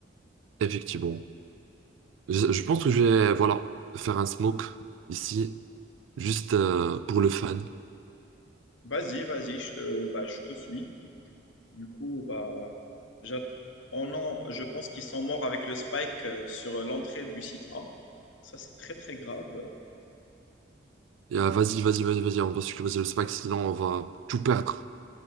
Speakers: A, on the right (about 85°); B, on the left (about 85°).
A: Effectivement. Je, je pense que je vais, voilà, faire un smoke ici, juste euh, pour le fan.
B: Vas-y, vas-y, je te, bah, je te suis. Du coup, bah, j'att- oh non, je pense qu'ils sont morts avec le spike euh, sur l'entrée du site A. Ça, c'est très, très grave.
A: Et, euh, vas-y, vas-y, vas-y, vas-y, on va sur pas que sinon on va tout perdre.